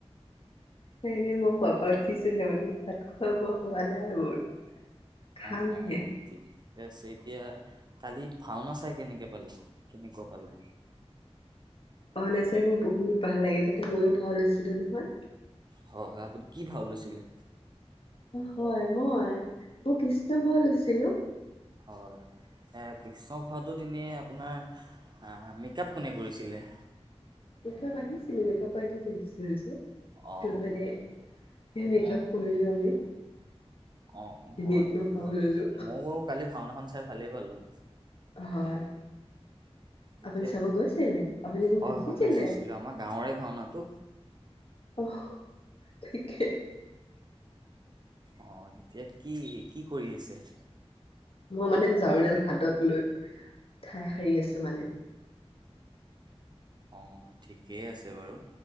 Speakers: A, on the left; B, on the right.
A: নাই নাই মই খোৱা পৰা উঠিছোহে মানে ভাত খোৱা বোৱা হোৱা নাই মোৰ। খামহে
B: অ অ অ ঠিক ঠিক আছে এতিয়া, কালি ভাওনা চাই কেনেকে পালে কেনেকুৱা পালে?
A: অ নাচাই মোৰ বহুত ভাল লাগিল তাতে ময়ো ভাল হৈছিলো নহয়।
B: হয় হয় আপুনি কি ভাও লৈছিলে?
A: হয় মই মই কৃষ্ণ ভাও লৈছিলো।
B: হয় কৃষ্ণ ভাৰদূুত এনে আপোনাৰ মেকআপ কোনে কৰিছিলে
A: মেকআপ আহিছিলে মেকআৰ্টিষ্ট আহিছিলে যে।
B: অ
A: ত মানে স মেক আপ কৰিলো আমি।
B: অ অ
A: ধুনীয়াকে
B: দিয়ক
A: ভাও ললো
B: ময়ও বাৰু কালি ভাওনাখন ভালেই পালো
A: হয়,
B: এতিয়া
A: আপুনি চাব গৈছিলে? আপুনি মোক
B: হয়
A: দেখিছিলে?
B: হয় মই গৈছিলো আমাৰ গাঁৱৰে ভাওনাটো
A: অহ, তাকে
B: অ', এতিয়া কি কি কৰি আছে?
A: মই মানে ঝাৰুডাল হাতত লৈ ঠাই সাৰি আছো মানে।
B: অ', ঠিকেই আছে বাৰু।